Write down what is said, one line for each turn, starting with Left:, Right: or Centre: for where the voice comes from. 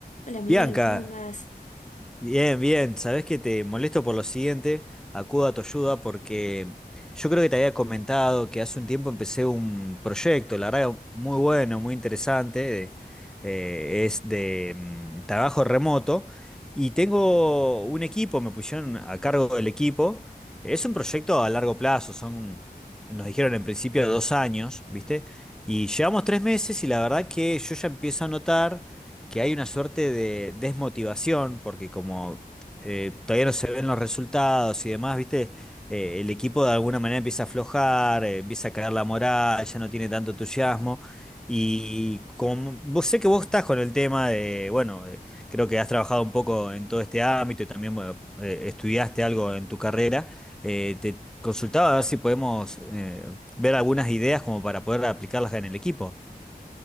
Left: Hola Miguel,
Centre: Bianca,
Left: ¿cómo andás?
Centre: bien, bien. Sabés que te molesto por lo siguiente. Acudo a tu ayuda porque yo creo que te había comentado que hace un tiempo empecé un proyecto, la verdad, muy bueno, muy interesante. de- eh, es de mm, trabajo remoto y tengo un equipo, me pusieron a cargo del equipo. Es un proyecto a largo plazo, son, nos dijeron en principio dos años, ¿viste? Y llevamos tres meses y la verdad que yo ya empiezo a notar que hay una suerte de desmotivación, porque como eh, todavía no se ven los resultados y demás, ¿viste? Eh, el equipo de alguna manera empieza a aflojar, eh, empieza a caer la moral, ya no tiene tanto entusiasmo. Y como vos sé que vos estás con el tema de, bueno, eh, creo que has trabajado un poco en todo este ámbito y también bueno, eh, estudiaste algo en tu carrera, eh, te consultaba a ver si podemos eh, ver algunas ideas como para poder aplicarlas en el equipo.